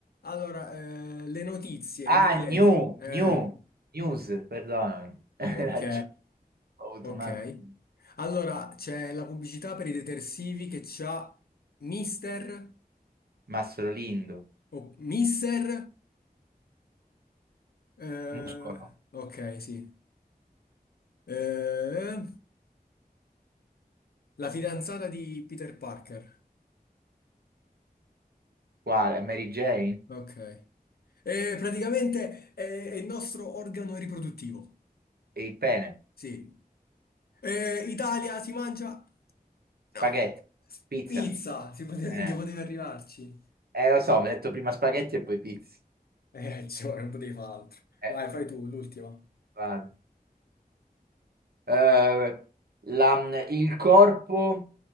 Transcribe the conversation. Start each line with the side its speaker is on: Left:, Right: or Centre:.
Left: Allora, eh, le notizie
Right: Ah,
Left: in inglese.
Right: new,
Left: Eh,
Right: new, news, perdonami. <laughs> Hai
Left: ok.
Right: ragione, Ho avuto
Left: Ok.
Right: un attimo.
Left: Allora, c'è la pubblicità per i detersivi che c'ha Mister
Right: Mastro Lindo,
Left: o Mister. Eh,
Right: muscolo,
Left: ok, sì. Eh, la fidanzata di Peter Parker.
Right: quale? Mary Jane?
Left: Ok. Eh, praticamente è, è il nostro organo riproduttivo.
Right: E il pene?
Left: Sì. Eh, Italia si mangia? No.
Right: Spaghetti? Pizza?
Left: Pizza. Si poteva,
Right: Eh,
Left: minchia, poteva arrivarci.
Right: eh, lo so, mi hai detto prima spaghetti e poi pizza.
Left: Eh, <laughs> cioè, non potevi fare altro.
Right: Eh,
Left: Vai, fai tu, l'ultima.
Right: vado. Eh, la- il corpo